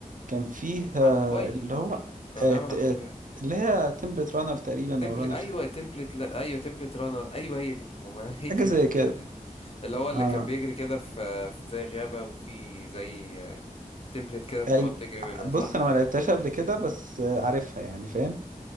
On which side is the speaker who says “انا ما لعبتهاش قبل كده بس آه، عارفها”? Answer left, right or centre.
Right